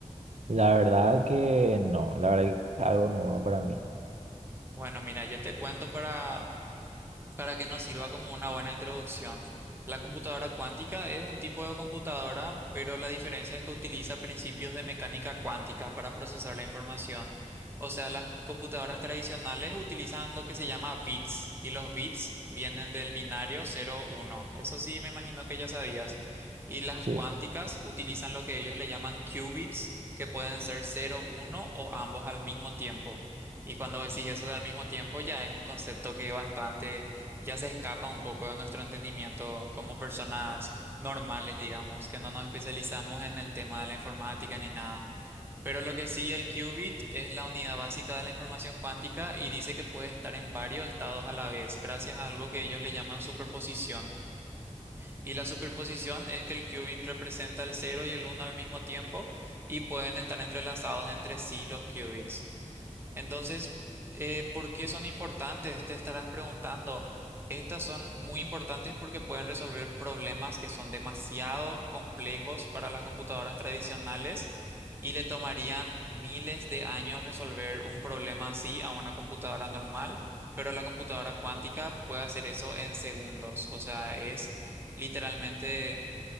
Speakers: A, on the right; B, on the right.
A: La verdad que no, la verdad que es algo nuevo para mí.
B: Bueno, mira, yo te cuento para para que nos sirva como una buena introducción. La computadora cuántica es un tipo de computadora, pero la diferencia es que utiliza principios de mecánica cuántica para procesar la información. O sea, las computadoras tradicionales utilizan lo que se llama bits y los bits vienen del binario cero uno. Eso sí, me imagino que ya sabías. Y las
A: Sí,
B: cuánticas utilizan lo que ellos le llaman qubits, que pueden ser cero uno o ambos al mismo tiempo. Y cuando decís eso de al mismo tiempo, ya es un concepto que es bastante ya se escapa un poco de nuestro entendimiento como personas normales, digamos, que no nos especializamos en el tema de la informática ni nada. Pero lo que sí, el qubit es la unidad básica de la información cuántica y dice que puede estar en varios estados a la vez, gracias a algo que ellos le llaman superposición. Y la superposición es que el qubit representa el cero y el uno al mismo tiempo y pueden estar entrelazados entre sí los qubits. Entonces, eh, ¿por qué son importantes? Te estarás preguntando. Estas son muy importantes porque pueden resolver problemas que son demasiado complejos para las computadoras tradicionales y le tomarían miles de años resolver un problema así a una computadora normal, pero la computadora cuántica puede hacer eso en segundos. O sea, es literalmente